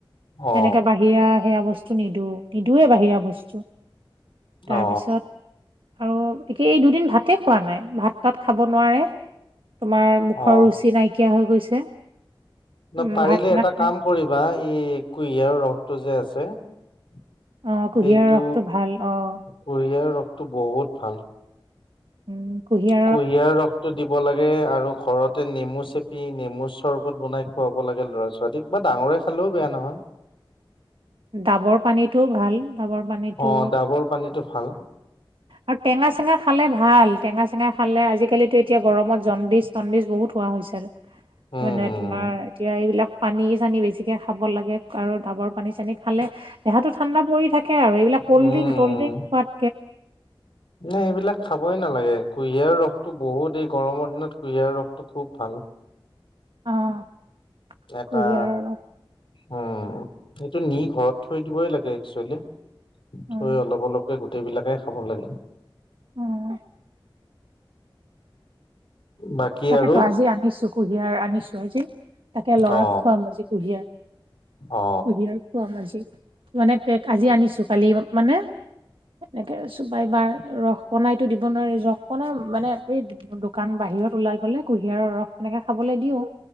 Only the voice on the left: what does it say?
অ
অ
অ
না'পাৰিলে
এটা
কাম কৰিবা এই কুঁহিয়াৰ ৰসটো যে আছে
সেইটো
কুঁহিয়াৰ ৰসটো বহুত ভাল।
কুঁহিয়াৰ ৰসটো দিব লাগ গে আৰু ঘৰতে নেমু চেপি নেমু চৰবত বনাই খুৱাব লাগে ল'ৰা ছোৱালীক বা ডাঙৰে খালেও বেয়া নহয়।
অ ডাবৰ পানীটো ভাল
উম
উম
উম
উম
নে এইবিলাক খাবই নালাগে কুঁহিয়াৰ ৰসটো বহুত এই গৰমৰ দিনত কুঁহিয়াৰ ৰসটো খুব ভাল।
এটা
উম, এইটো নি ঘৰত থৈ দিবই লাগে একচুৱেলি
থৈ অলপ অলপকে গোটেই বিলাকে খাব লাগে।
বাকী
আৰু
অ
অ